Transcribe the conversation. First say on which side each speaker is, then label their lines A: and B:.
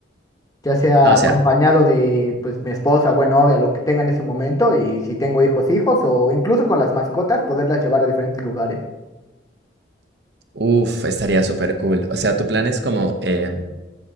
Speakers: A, on the left; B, on the right.
A: ya sea
B: Ah, o
A: acompañado
B: sea,
A: de, pues, mi esposa, buena novia, lo que tenga en ese momento, y si tengo hijos, hijos, o incluso con las mascotas, poderlas llevar a diferentes lugares.
B: uff, estaría súper cool. O sea, tu plan es como eh,